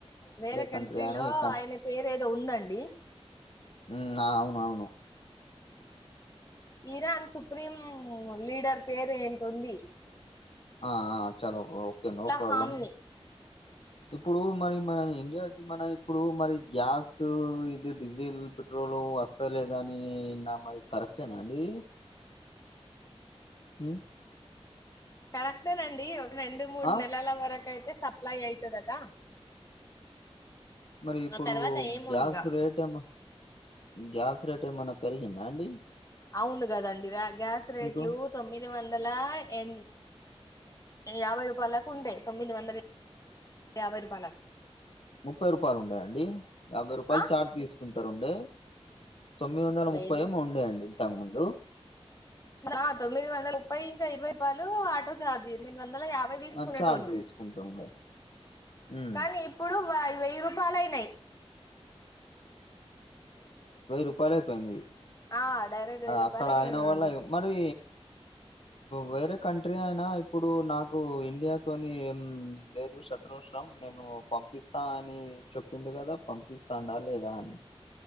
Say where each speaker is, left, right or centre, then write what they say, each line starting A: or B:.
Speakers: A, on the left; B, on the left.
A: వేరే
B: కంట్రీ
A: కంట్రీలో
B: అయినా ఈ
A: ఆయన పేరు ఏదో ఉందండి ది
B: ఉ అ అవును అవును
A: ఇరాన్ సుప్రీం లీడర్ పేరు ఏంటో ఉంది
B: ఆ ఆ చలో ఓకే నో ప్రాబ్లమ్
A: హామ్ని
B: ఇప్పుడు మరి మన ఇండియాకి మన ఇప్పుడు మరి గ్యాస్ ఇది డీజిల్ పెట్రోల్ వస్తాలేదా అని నా మరి కరెక్టేనా అండి ఉ
A: కరెక్టే అండి రెండు మూడు
B: ఆ
A: నెలల వరకు అయితే సప్లై అయితదట
B: మరి ఇప్పుడు
A: ఆ తర్వాత ఏమోనిగా
B: గ్యాస్ రేట్ ఏమ గ్యాస్ రేట్ ఏమన్నా పెరిగిందా అండి
A: అవును కదండి ర్యాగ్ గ్యాస్ రేట్లు
B: మీకు
A: తొమ్మిది వంద వందల ఎ యాభై రూపాయలకు ఉండే తొమ్మిది వందల యాభై రూపాయలకి
B: ముప్పై రూపాయలు ఉండయండి యాభై రూపాయలు
A: ఆ
B: చార్ట్ తీసుకుంటారుండే తొమ్మిది వందల ముప్పై
A: లేదు
B: ఏమో ఉండేయండి ఇంతకముందు
A: ఆ, తొమ్మిది వందల ముప్పై ఇంకా ఇరవై రూపాయలు ఆటోఛార్జ్ ఎనిమిది వ యాభై తీసుకునేటోళ్ళు
B: ఆ చార్జ్ తీసుకుంటుండే ఉమ్
A: కానీ ఇప్పుడు వెయ్యి రూపాయాలు అయినాయి
B: రూపాయాలు అయిపోయింది
A: ఆ డైరెక్ట్ వెయ్యి రూపాయలు
B: అక్కడ
A: అయిపోయినాయండి
B: అయిన వాళ్ళ మరి వేరే కంట్రీ అయినా ఇప్పుడు నాకు ఇండియా తోని ఏం లేదు శ షం నేను పంపిస్తా అని చెపుండు కదా పంపిస్తాండా లేదా అని